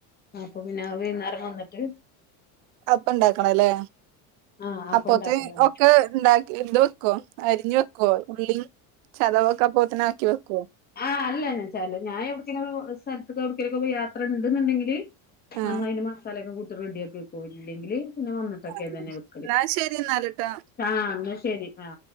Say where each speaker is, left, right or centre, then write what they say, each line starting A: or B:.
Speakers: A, on the left; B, on the right.
A: അപ്പൊ പിന്നെ വൈകുന്നേരം വന്നിട്ട്
B: അപ്പൊ ഇണ്ടാക്കണല്ലേ
A: ആ അപ്പൊ
B: അപ്പത്തെ
A: ഉണ്ടാക്കലാണ്
B: ഒക്കെ ഇ ണ്ടാക്ക എന്ത് വെക്കുവോ അരിഞ്ഞു വെക്കുവോ ഉള്ള ചതവെക്കാ പോത്തന്നെ ആക്കി വെക്കുവോ
A: ആ അല്ല ഞാൻ ഞാൻ എവിടെക്കിന് സ്ഥലത്തിലെവിടൊക്കിന് പോ യാത്ര ഇണ്ടുണ്ടെങ്കിൽ
B: ആഹ്
A: നമ്മള അതി മസാലൊക്കെ കൂട്ടി റെഡിയാക്കി വെക്കും ഇല്ലെങ്കില് പിന്നെ വന്നിട്ടൊക്കെ
B: ആഹ്
A: തന്നെ വക്കല്
B: ഇന്നാ ശരി ഇന്നാല്ട്ടോ.
A: ആ എന്നാ ശരി ആ